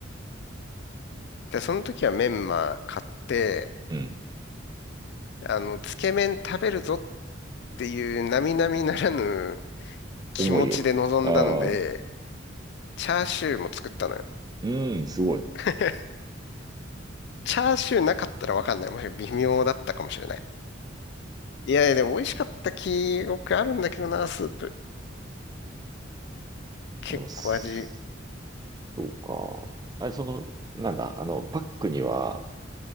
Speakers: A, on the left; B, on the right.
A: で、その時はメンマ買って、
B: うん。
A: あの、つけ麺食べるぞっていう並々ならぬ気持ちで臨んだんで、
B: 重いよ。ああ、
A: チャーシューも作ったのよ。
B: うん、すごい。
A: <laughs> チャーシューなかったらわかんない。もし微妙だったかもしれない。いやいや、でも美味しかった記憶あるんだけどな、スープ。結構味、
B: でも、すそうか。あれ、その、なんだ、あの、パックには、